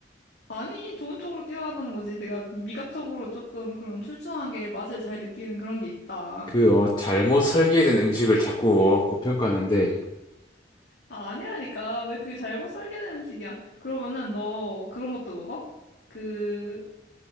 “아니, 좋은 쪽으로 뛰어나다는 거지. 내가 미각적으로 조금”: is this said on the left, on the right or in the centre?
Left